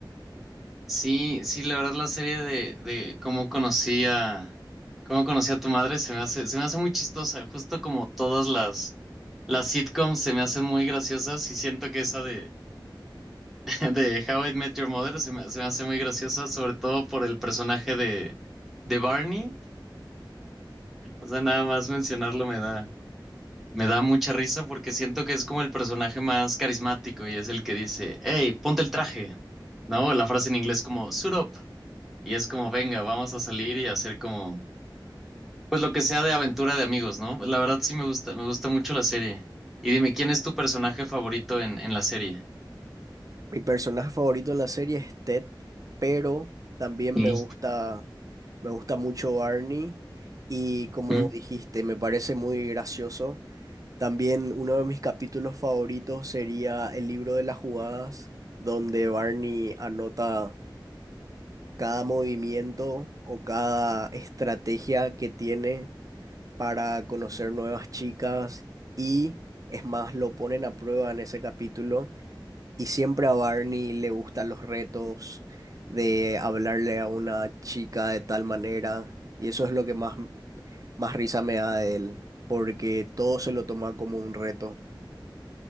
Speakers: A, in the centre; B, on the right.
A: Sí, sí, la verdad la serie de, de cómo conocí a, cómo conocí a tu madre se me hace, se me hace muy chistosa, justo como todas las, las sitcoms se me hacen muy graciosas y siento que esa de, <laughs> de How I Met Your Mother se me, se me hace muy graciosa, sobre todo por el personaje de, de Barney. O sea, nada más mencionarlo me da, me da mucha risa porque siento que es como el personaje más carismático y es el que dice, hey, ponte el traje, ¿no? La frase en inglés como, suit up. Y es como, venga, vamos a salir y hacer como, pues lo que sea de aventura de amigos, ¿no? La verdad sí me gusta, me gusta mucho la serie. Y dime, ¿quién es tu personaje favorito en, en la serie?
B: Mi personaje favorito en la serie es Ted, pero también
A: Ey.
B: me gusta, me gusta mucho Barney y como
A: ¿Mm?
B: dijiste, me parece muy gracioso. También uno de mis capítulos favoritos sería el libro de las jugadas, donde Barney anota cada movimiento o cada estrategia que tiene para conocer nuevas chicas y es más, lo ponen a prueba en ese capítulo y siempre a Barney le gustan los retos de hablarle a una chica de tal manera y eso es lo que más, más risa me da de él, porque todo se lo toma como un reto.